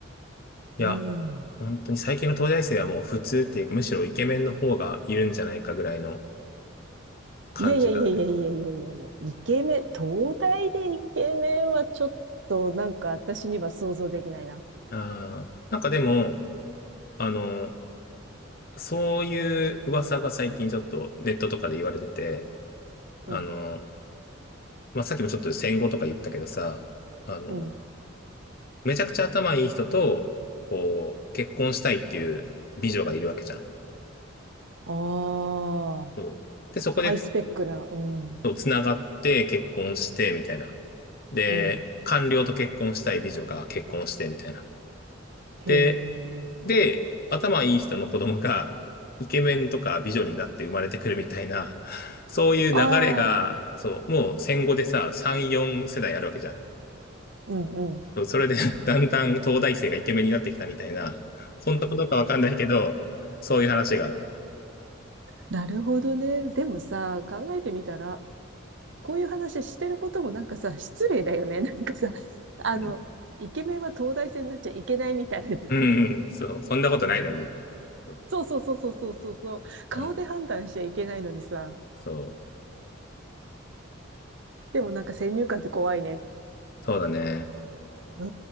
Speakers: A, on the left (about 50°); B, on the right (about 65°).
A: いや、
B: うん。
A: 本当に最近の東大生はもう普通っていうか、むしろイケメンの方がいるんじゃないかぐらいの感じがある。
B: いやいやいやいやいやいやいやいや、イケメン、東大でイケメンはちょっとなんか私には想像できないな。
A: ああ、なんかでも、あの、そういう噂が最近ちょっとネットとかで言われてて、
B: うん、
A: あの、まあ、さっきもちょっと戦後とか言ったけどさ、あの、
B: うん。
A: めちゃくちゃ頭いい人と、こう、結婚したいっていう美女がいるわけじゃん。
B: ああ、
A: そうで、そこでつ、
B: ハイスペックな、うん、
A: つながって結婚して、みたいな。で、
B: うん。
A: 官僚と結婚したい美女が結婚して、みたいな。
B: へえ。
A: で、で、頭いい人の子供がイケメンとか美女になって生まれてくるみたいな、そういう流れが、
B: ああ、
A: そう、もう戦後でさ、3、4世代あるわけじゃん。
B: うん、うん。
A: そうそれで <laughs> だんだん東大生がイケメンになってきたみたいな、本当かどうかわかんないけど、そういう話がある。
B: なるほどね。でもさ、考えてみたら、こういう話してることもなんかさ、失礼だよね。<laughs> なんかさ、あの、
A: うん。
B: イケメンは東大生になっちゃいけないみたいな。<laughs>
A: うん、うん、そう。そんなことないのに。そう。
B: そうそうそうそうそうそうそう。顔で判断しちゃいけないのにさ。
A: うん。そう。
B: でもなんか先入観って怖いね。
A: そうだね。
B: う